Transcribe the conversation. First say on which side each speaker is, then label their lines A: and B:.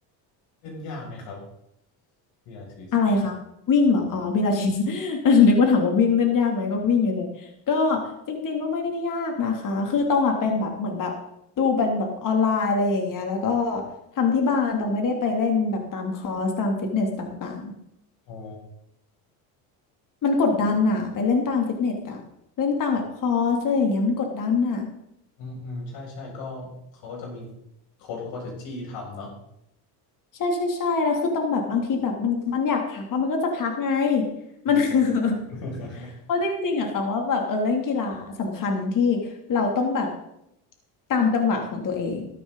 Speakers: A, on the left; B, on the left.
A: เล่นยากไหมครับพี่อาทิตย์
B: อะไรคะวิ่งเหรออ๋อพิลาทิส <laughs> นึกว่าถามว่าวิ่งเล่นยากไหมก็วิ่งเฉยๆก็จริงๆก็ไม่ได้ยากนะคะคือตองอ่ะเป็นแบบเหมือนแบบดูเป็นแบบออนไลน์อะไรอย่างเงี้ยแล้วก็ทำที่บ้านตองไม่ได้ไปเล่นแบบตามคอร์สตามฟิตเนสต่าง
A: อ๋อ
B: ๆมันกดดันน่ะไปเล่นตามฟิตเนสอะเล่นตามแบบคอร์สอะไรอย่างเงี้ยมันกดดันน่ะ
A: อืมอืมใช่ใช่ก็เขาก็จะมีโค้ดเขาก็จะจี้ทำเนาะ
B: ใช่ใช่ใช่แล้วคือตองแบบบางทีแบบมันมันอยากพักแล้วมันก็จะพักไง
A: อืม
B: มัน <laughs>
A: <laughs>
B: เพราะจริงๆอ่ะตองว่าแบบเออเล่นกีฬาสำคัญที่เราต้องแบบตามจังหวะของตัวเอง